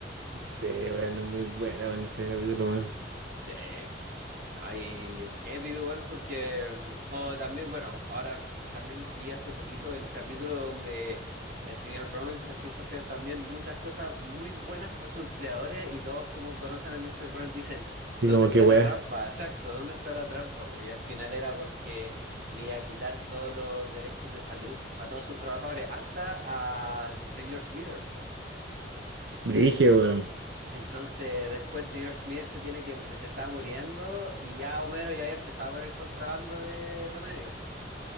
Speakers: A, on the right; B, on the right.
A: Sí, weón, es muy buena, weón, ese capítulo, weón.
B: Sí. No, y épico igual porque... mm, O también, bueno, ahora también vi hace poquito el capítulo donde el señor Burns empieza a hacer también muchas cosas muy buenas para sus empleadores y todos como conocen al Mr. Burns dicen,
A: Sí,
B: ¿dónde
A: como
B: está
A: que weón.
B: la trampa? Exacto, ¿dónde está la trampa? Pues, y al final era porque le iba a quitar todos los derechos de salud a todos sus trabajadores, hasta al señor Smithers.
A: Brigio, weón.
B: Entonces después el señor Smith se tiene que se estaba muriendo y ya Homero ya había empezado con el contrabando de remedios, po.